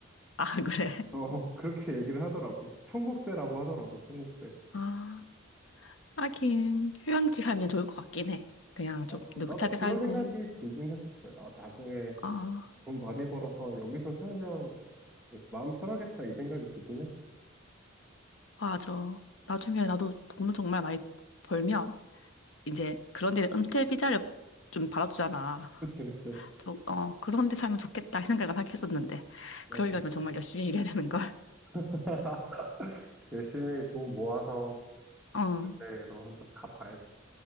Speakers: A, on the left (about 70°); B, in the centre.
A: 아, <laughs> 그래.
B: 어 그렇게 얘기를 하더라고. 천국세라고 하더라고. 천국세.
A: 아, 하긴 휴양지 살면 좋을 것 같긴 해. 그냥 좀
B: 나도,
A: 느긋하게
B: 나도 그런
A: 살고.
B: 생각이 들긴 했었어요. 아, 나중에
A: 아,
B: 돈 많이 벌어서 여기서 살면 어, 되게 마음 편하겠다 이 생각이 들긴 했어.
A: 맞아. 나중에 나도 돈을 정말 많이 벌면 이제 그런 데 은퇴 비자를 좀 받아주잖아.
B: 그치, 그치.
A: 저, 어, 그런 데 살면 좋겠다 이 생각을 하긴 했었는데
B: 맞아.
A: 그러려면 정말 열심히 일해야 되는 걸.
B: <laughs> 열심히 돈 모아서
A: <laughs> 어,
B: 그때로 한번 가봐야지.